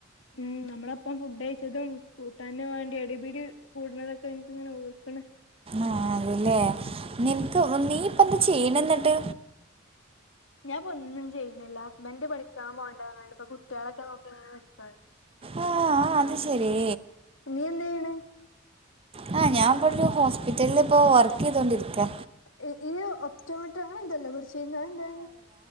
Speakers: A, on the left (about 70°); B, on the right (about 30°).
A: ഉം നമ്മള അപ്പം ഫുഡ് അയച്ചതും കൂട്ടാന്ന് വേണ്ടി അടിപിടി കൂടുന്നതൊക്കെ എനക്ക് ഇങ്ങനെ ഓർക്കണ്.
B: ആ അത് ഇല്ലേ നിനക്ക് നീ ഇപ്പ എന്താ ചെയ്യിണേ? എന്നിട്ട്
A: ഞാൻ ഇപ്പൊ ഒന്നും ചെയ്യണില്ല. ഹസ്ബൻ്റ് പഠിക്കാൻ പോണണ്ട് ന്ന് പറഞ്ഞിട്ട് ഇപ്പൊ കുട്ടികളൊക്കെ നോക്കി ഇങ്ങനെ നിക്കാഹ് എന്ന്
B: ആഹ് അത് ശരി
A: പുള്ളി എന്ത് ചെയ്യണ്?
B: ആഹ ഞാൻ ഇപ്പ ഇവടൊരു ഹോസ്പിറ്റലിൽ ഇപ്പോ വർക്ക് ചെയ്തോണ്ടിരിക്കാ
A: <unintelligible> ടോ മെട്രിയോ അങ്ങനെ എന്തോ അല്ലെ പഠിച്ചിരുന്നേ അയ് എന്തായി